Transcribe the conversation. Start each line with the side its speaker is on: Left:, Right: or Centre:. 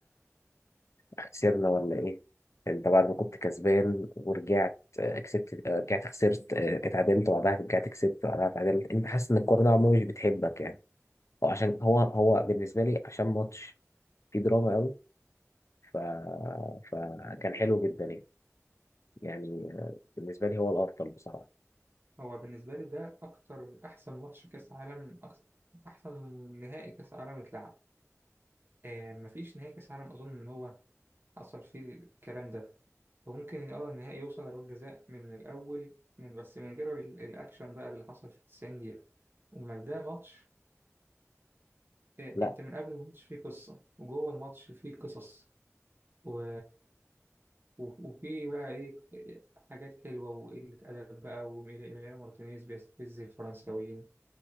Left: خسرنا ولا ايه انت بعد ما كنت كسبان ورجعت آه، كسبت آه، رجعت خسرت آه، اتعادلت وبعدها رجعت كسبت وبعدها اتعادلت انت حاسس ان الكوره نوعا ما مش بتحبك يعني هو عشان هو هو بالنسبه لي عشان ماتش فيه دراما قوي ف... فكان حلو جدا يعني يعني آه، بالنسبه لي هو الافضل بصراحه
Right: هو بالنسبة لي ده أكتر أحسن ماتش كأس عالم أكتر أحسن نهائي كأس عالم اتلعب آه مفيش نهائي كأس عالم أظن إن هو حصل فيه الكلام ده وممكن اه النهائي يوصل لضربات جزاء من الأول من بس من غير ال- الأكشن بقى اللي حصل في 90 دقيقة أمال ده ماتش آه
Left: لا
Right: أنت من قبل الماتش فيه قصة وجوه الماتش فيه قصص و... و- وفيه بقى إيه إيه، حاجات حلوة وقلة أدب بقى وميليانو مارتينيز بيستفز الفرنساويين